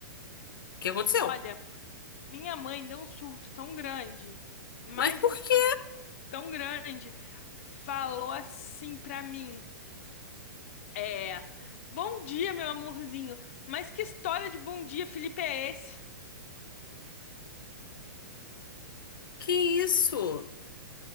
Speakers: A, on the left; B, on the left.
A: que aconteceu?
B: Olha, minha mãe deu um surto tão grande, mais
A: Mas por
B: um surto
A: quê?
B: tão grande, falou assim pra mim: É, bom dia, meu amorzinho, mas que história de bom dia, Felipe, é esse?
A: Que isso?